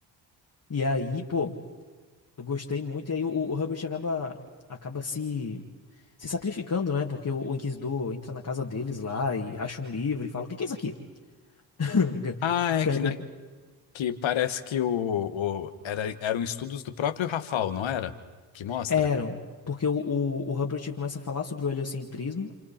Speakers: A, on the left (about 40°); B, on the left (about 65°).
A: E aí, pô, Eu gostei muito, e aí o, o Hubbard acaba, acaba se, se sacrificando, né? Porque o, o Inquisidor entra na casa deles lá e acha um livro e fala: O que que é isso aqui? <laughs>
B: Ah, é
A: Pergunta.
B: que, né, que parece que o, o- era, eram estudos do próprio Rafael, não era? Que mostra.
A: Eram. Porque o, o, o Hubbard começa a falar sobre o heliocentrismo,